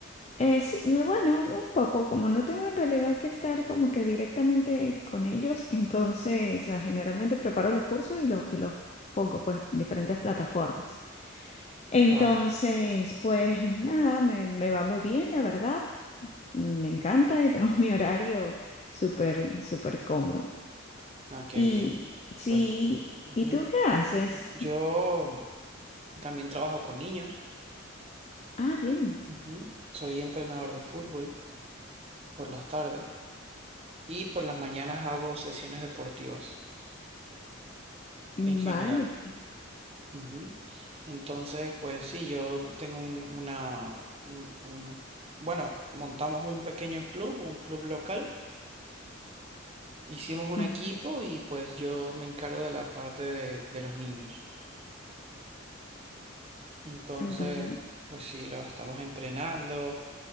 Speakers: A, on the left; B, on the right.
A: Eh, sí, eh, bueno, un poco, como no tengo en realidad que estar como que directamente con ellos, entonces ah, generalmente preparo los cursos y, los y los pongo pues en diferentes plataformas. Entonces,
B: Claro.
A: pues nada, me, me va muy bien, la verdad. Me encanta y tengo <laughs> mi horario súper, súper cómodo.
B: Ah, qué
A: Y
B: bien.
A: sí,
B: Pues ujú.
A: ¿y tú qué haces?
B: Yo también trabajo con niños.
A: Ah, bien,
B: Ujú. Soy entrenador de fútbol por las tardes y por las mañanas hago sesiones deportivas
A: vale.
B: en general. Ujú. Entonces, pues sí, yo tengo un- una, un, un- bueno, montamos un pequeño club, un club local, hicimos un
A: Ah,
B: equipo y pues yo me encargo de la parte de, de los niños. Entonces,
A: bien.
B: pues sí, lo estamos entrenando.